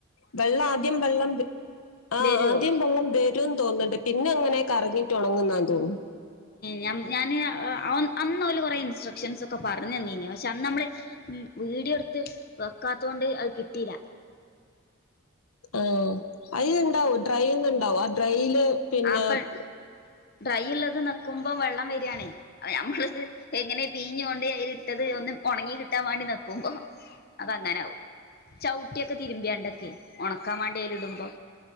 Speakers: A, on the left; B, on the left.
A: വെള്ളം ആദ്യം വെള്ളം വെ ആഹ്
B: വരുവോ
A: ആദ്യം വെള്ളം വരു വരുന്നു തോന്നുന്നുണ്ട് പിന്നെ അങ്ങനെ കറങ്ങിട്ട് ഉണങ്ങുന്നാന്ന് തോന്നുന്നു
B: ഞ ഞാന് അന്ന് ഓല് കൊറെ ഇൻസ്ട്രക്ഷൻസ് ഒക്കെ പറഞ്ഞ് തന്നിന്ന് പക്ഷെ അന്ന് നമ്മള് ഉം വീഡിയോ എടുത്ത് വെക്കാത്തോണ്ട് അത് കിട്ടിയില്ല
A: ആഹ് അയിൽ ഇണ്ടാവും ഡ്രൈന്നുണ്ടാവും ആ ഡ്രൈയില് പിന്നെ
B: ആപ്പൺ ഡ്രൈ ള്ളത് ഞെക്കുമ്പോ വെള്ളം വരിയാണേ അത് ഞമ്മളത് എങ്ങനെ പിഴി ഞ്ഞൊണ്ട് അതിൽ ഇട്ടത് ഒന്ന് ഉണങ്ങി കിട്ടാൻ വേണ്ടി നെക്കുമ്പോ അതങ്ങനാവും ചവിട്ടിയൊക്കെ തിരുമ്പിയാണ്ടൊക്കെ ഉണക്കാൻ വേണ്ടിയതില് ഇടുമ്പോ